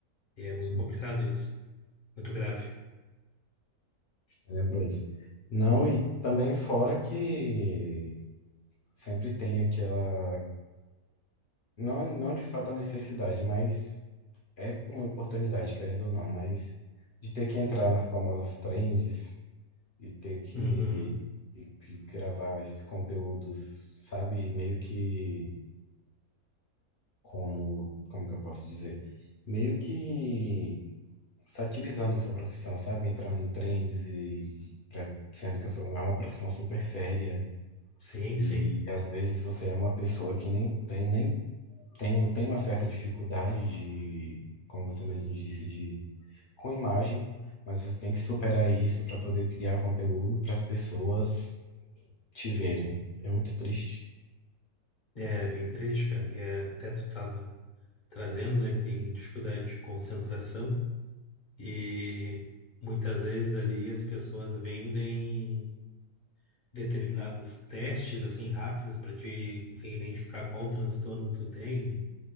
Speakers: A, on the left; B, on the left.
A: E é muito
B: sim,
A: complicado isso, muito grave.
B: tenebroso. Não, e também fora que sempre tem aquela Não, não de fato a necessidade, mas é uma oportunidade, querendo ou não, mas de ter que entrar nas famosas trends e ter que,
A: Uhum.
B: e- que gravar esses conteúdos, sabe? Meio que como, como que eu posso dizer? Meio que satirizando sua profissão, sabe? Entrando em trends e pra- sendo que eu sou, é uma profissão super séria.
A: Sim,
B: E
A: sim.
B: às vezes você é uma pessoa que nem tem nem tem, um- tem uma certa dificuldade de, como você mesmo disse, de com imagem, mas você tem que superar isso para poder criar conteúdo para as pessoas te verem. É muito triste.
A: É bem triste, cara. E é, até tu tava trazendo, né, que tem dificuldade de concentração e muitas vezes ali as pessoas vendem determinados testes assim rápidos para te conseguir identificar qual transtorno tu tem